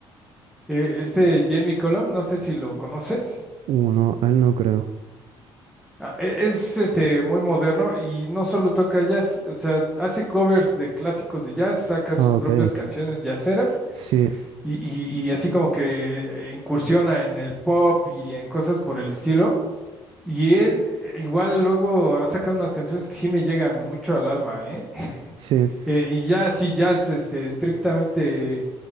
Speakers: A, in the centre; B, on the right.
A: eh, este Jamie Cullum, no sé si lo conoces.
B: Uh, no, a él no creo.
A: Ah, e- Es este muy moderno y no solo toca jazz, o sea, hace covers de clásicos de jazz, saca sus
B: Ah, ok.
A: propias canciones jazzeras
B: Sí,
A: y, y- y así como que eh, incursiona en el pop y en cosas por el estilo. Y él eh, igual luego ha sacado unas canciones que sí me llegan mucho al alma, ¿eh? <laughs>
B: sí.
A: Eh, y ya así jazz este, estrictamente